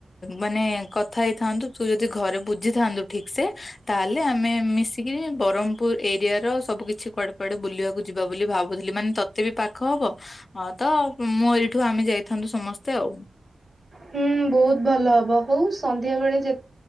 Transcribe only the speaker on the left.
ମାନେ କଥା <unintelligible> ତୁ ଯଦି ଘରେ ବୁଝିଥାନ୍ତୁ ଠିକ ସେ ତାହେଲେ ଆମେ ମିଶିକିରି ବରମ୍ବପୂର ଏରିଆ ର ସବୁ କିଛି କୁଆଡେ କୁଆଡେ ବୁଲିବାକୁ ଯିବା ବୋଲି ଭାବୁଥିଲି ମାନେ ତତେ ବି ପାଖ ହବ୍ ତ ମୁଁ ଏଇଠୁ ଆମେ ଯାଇଥାନ୍ତୁ ସମସ୍ତେ ଆଉ।